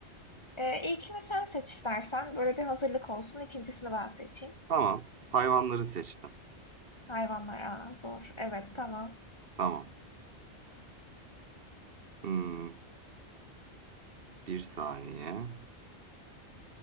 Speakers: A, on the left (about 25°); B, on the right (about 55°).
A: Ee, ilkini sen seç istersen. Böyle bir hazırlık olsun. İkincisini ben seçeyim.
B: Tamam. Hayvanları seçtim.
A: Hayvanlar, aa, zor. Evet, tamam.
B: Tamam. Hımm, bir saniye.